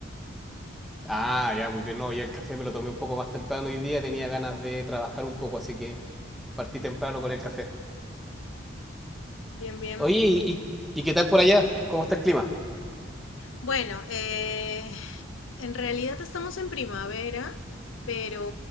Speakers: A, in the centre; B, on the left.
A: Ah, ya, muy bien. No, ya el café me lo tomé un poco más temprano hoy día. Tenía ganas de trabajar un poco, así que partí temprano con el café.
B: Bien, bien.
A: Oye, ¿y, y- y qué tal por allá? ¿Cómo está el clima?
B: Bueno, eh, en realidad estamos en primavera, pero